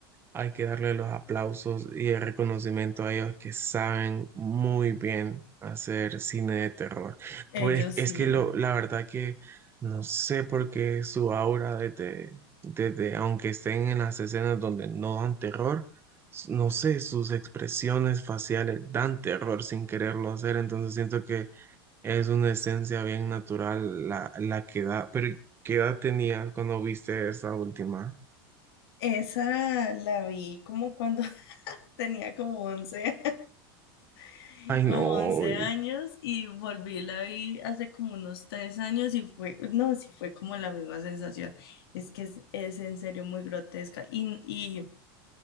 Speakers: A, on the right; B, on the left.
A: Hay que darle los aplausos y el reconocimiento a ellos que saben muy bien hacer cine de terror.
B: Ellos
A: Pues es
B: sí.
A: que lo, la verdad que no sé por qué su aura desde, desde, aunque estén en las escenas donde no dan terror, s- no sé, sus expresiones faciales dan terror sin quererlo hacer. Entonces siento que es una esencia bien natural la, la que da. Pero ¿qué edad tenías cuando viste esa última?
B: Esa la vi como cuando <laughs> tenía como 11 <laughs>
A: Ay, no,
B: como 11 años y volví, la vi hace como unos 3 años y fue, no, sí fue como la misma sensación. Es que es, es en serio muy grotesca. Y, y,